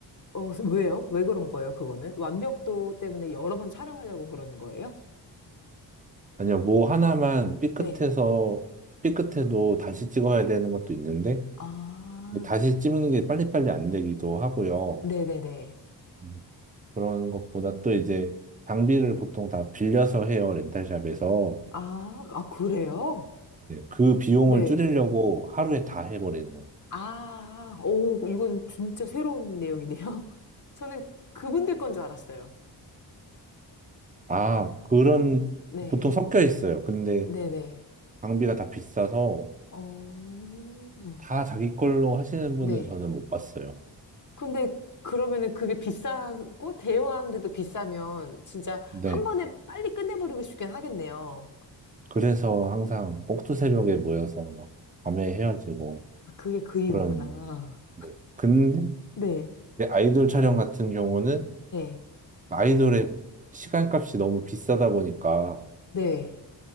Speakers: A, on the left; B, on the right.
A: 어, 왜요? 왜 그런 거예요, 그거는? 완벽도 때문에 여러 번 촬영하려고 그러는 거예요?
B: 아니요, 뭐 하나만 삐끗해서
A: 네.
B: 삐끗해도 다시 찍어야 되는 것도 있는데
A: 아,
B: 다시 찍는 게 빨리빨리 안 되기도 하고요.
A: 네네네.
B: 음, 그런 것보다 또 이제 장비를 보통 다 빌려서 해요, 렌탈샵에서.
A: 아, 아, 그래요?
B: 이제 그 비용을
A: 네.
B: 줄이려고 하루에 다 해버리는 거예요.
A: 아, 오, 이건 진짜 새로운 내용이네요. <laughs> 저는 그분들 건 줄 알았어요.
B: 아,
A: 아,
B: 그런,
A: 네.
B: 보통 섞여 있어요. 근데
A: 네네.
B: 장비가 다 비싸서
A: 어,
B: 다 자기 걸로 하시는 분은
A: 네.
B: 저는 못 봤어요.
A: 근데 그러면은 그게 비싸고 대여하는데도 비싸면 진짜
B: 네.
A: 한 번에 빨리 끝내버리고 싶긴 하겠네요.
B: 그래서 항상 꼭두새벽에 모여서 막 밤에 헤어지고
A: 아, 그게 그 이유구나.
B: 그런. 네. 근데
A: 네,
B: 이제 아이돌 촬영 같은 경우는
A: 네,
B: 아이돌의 시간값이 너무 비싸다 보니까
A: 네.